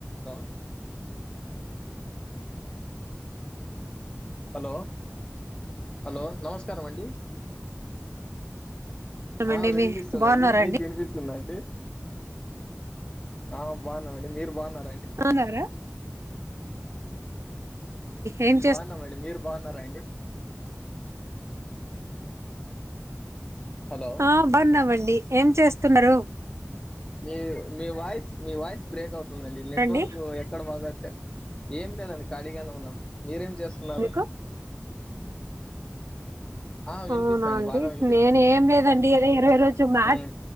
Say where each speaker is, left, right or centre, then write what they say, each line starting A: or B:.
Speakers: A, on the left (about 20°); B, on the right (about 65°).
A: The hello hello నమస్కారం అండి
B: ఏమండి
A: ఆ వినిపిస్తుందండి
B: మీ బాగున్నారండి
A: మీక్ వినిపిస్తుందండి ఆ బాగున్నానండీ మీరు బాగున్నార
B: బాగున్నారా ఏం చేస్త
A: బాగున్నామండి మీరు బాగున్నారా అండి హలో
B: ఆ బన్నామండి ఏం చేస్తున్నారు
A: మీ మీ వాయిస్ మీ వాయిస్ బ్రేక్ అవుతుందండి నెట్వర్క్
B: రండి
A: ఎక్కడ <unintelligible> ఏం లేదండి ఖాళీగానే ఉన్నాం మీరేం చేస్తున్నారు
B: మీకు
A: ఆ వినిపిస్తుందండి
B: అవునా అండి
A: బాగా వినిపిస్తుంది
B: నేన్ ఏం లేదండి అదే ఇరవై రోజు మ్యా
A: ఉమ్